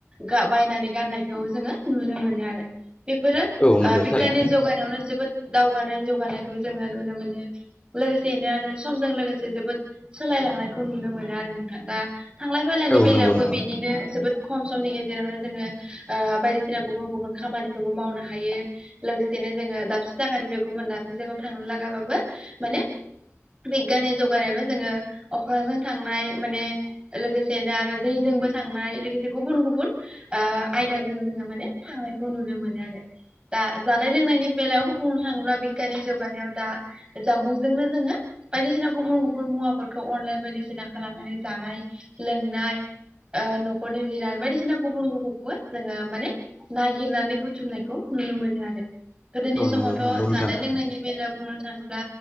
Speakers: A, on the right; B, on the left.
A: गा बायनानै गाननायखौ जोङो नुनो मोनो आरो बेफोरो
B: औ नंगौ थारैनो।
A: माने जौगानायावनो जोबोद दावगानाय जौगानायखौ जोङो नुनो मोनो। लोगोसेैनो आरो समजों लोगोसे जोबोद सोलायलांनायखौ नुनो मोनो आरो नोंथाङा दा थांलाय फालानि
B: औ
A: बेलायावबो
B: नंगौ नोंथां
A: बिदिनो जोबोद खम समनि गेजेरावनो जोङो ओ बायदिसिना गुबुन गुबुन खामानिखौबो मावनो हायो। लोगोसेनो जोङो दाबसे जागानिफ्राय गुबुन दाबसे जायगायाव थांनो लागाबाबो माने बिगानि जौगानायाल जोङो अख्रांजों थांनाय माने लोगोसेनो आरो दैजोंबो थांनाय लोगोसे गुबुन गुबुन ओ आयदाजों जोङो माने थांनायखौ नुनो मोनो आरो। दा जानाय लोंनायनि बेलायाव बुंनो थाङोब्ला बिगानि जौगानायाव दा जामबुंजोंनो जोङो बायदिसिना गुबुन गुबुन मुवाफोरखौ अनलाइन बायदिसिना खालामनानै जानाय लोंनाय। ओ न'खरनि जिराद बायदिसिना गुबुन गुबुनखौबो जोङो माने नागिरनानै बुथुमनायखौ नुनो मोनो आरो गोदोनि
B: औ
A: समावथ'
B: नंगौ नंगौ नोंथां
A: जानाय लोंनायनि बेलायाव बुंनो थाङोब्ला।